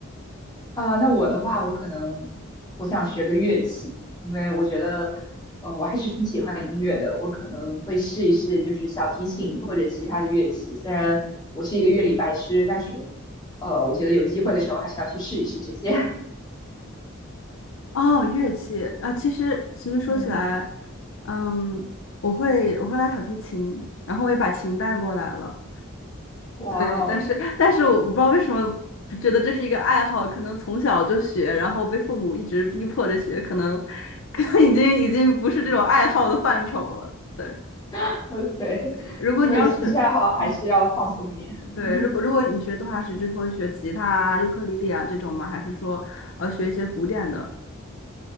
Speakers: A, on the left (about 20°); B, on the left (about 70°).
A: 啊、那我的话，我可能我想学个乐器，因为我觉得，呃，我还是挺喜欢音乐的。我可能会试一试，就是小提琴或者其他的乐器。虽然我是一个乐理白痴，但是，呃，我觉得有机会的时候还是要去试一试这些。
B: 哦，乐器啊，其实其实说起来，
A: <laughs> 嗯，
B: 嗯，我会我会拉小提琴，然后我也把琴带过来了。
A: 哇哦，
B: 对，但是但是我不知道为什么觉得这是一个爱好，可能从小就学，然后被父母一直逼迫着学，可能可能已经已经不是这种爱好的范畴了。对
A: <laughs> 对，
B: 对，如果你要是嗯，
A: 因为兴趣爱好还是要放松一点。
B: 对，
A: <laughs>
B: 如果如果你学动画师，就是会学吉他啊、尤克里里啊这种吗？还是说呃学一些古典的？